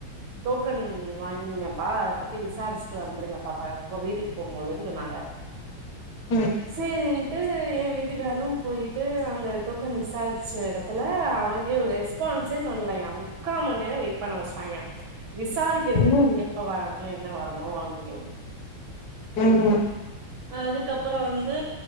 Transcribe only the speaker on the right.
டோக்கன் வாங்கினிங்கப்பா அத பத்தி விசாரிச்சுட்டு வந்துருங்கப்பாப்பழோ ஓ வீட்டுக் போம்போதுன்னு சொன்னாங்க
சேரின்ட்டு எ வீட்டுக்காரும் போயி ட்டு அங்க டோக்கன் விசாரிச்சு எடத் துல அவேங்க ஒரு ரெஸ்பான்ஸே பண்லயா முக்கா மண் நேரம் வெயிட் பண்ண வச்சுறாய்க விசாரிக்கறதுக்கு
எப்ப வரணு என்ன வரணு அப்டிங்கிறதுக்
அதுக்கப்புறோ வந்து